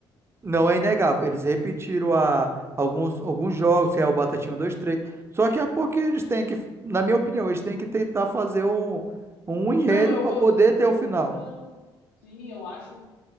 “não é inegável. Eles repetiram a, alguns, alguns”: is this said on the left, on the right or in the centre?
Right